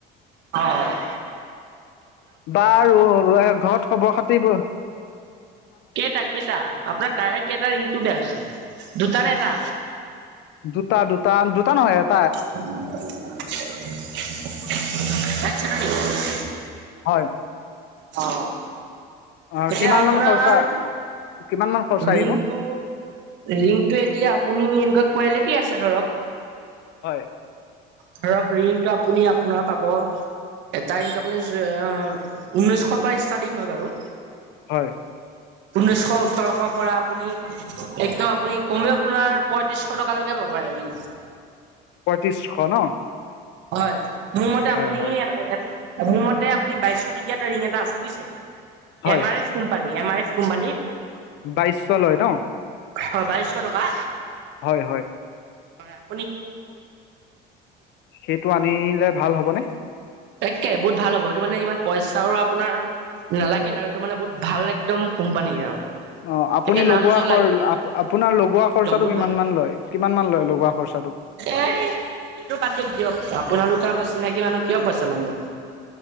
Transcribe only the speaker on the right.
অ', অ'।
কেইটা কেইটা, আপোনাৰ টায়াৰ কেইটা ৰিংটো বেয়া হৈছে। দুটা নে এটা?
<unintelligible>
অ',
এতিয়া
আপোনাৰ,
ৰিংটো
ৰিংটো এতিয়া আপুনি, এনেকুৱা কোৱালিটি আছে ধৰক।
ধৰক, ৰিংটো আপুনি আপোনাৰ পাব। এটা ৰিং আপোনাৰ ঊনৈশৰ পৰা ষ্টাৰ্টিং হয় বাৰু।
ঊনৈছশ ওঠৰশৰ পৰা আপুনি, একদম আপুনি কমেও আপোনাৰ পয়ত্ৰিশ টকালৈকে পাব হেৰি।
হয়, মোৰ মতে
আপুনি-
মোৰ মতে আপুনি বাইশ টকীয়া এটা ৰিং এটা আছে বুজিছে,
M R F company, M R F কোম্পানীৰ।
হয় বাইছশ টকা।
হয়, আপ
একে বহুত ভাল হ'ব এইটো মানে ইমান পইচাও আপোনাৰ নালাগিল আৰু সেইটো মানে বহুত ভাল একদম কোম্পানী আৰু।
একে নাম
জ্বলা
একদম
বহুত
ভাল
এ সেইটো বাদ দিয়ক দিয়ক আপোনালোকে চিনাকি মানুহ কিয় পইচা ল'ম মই?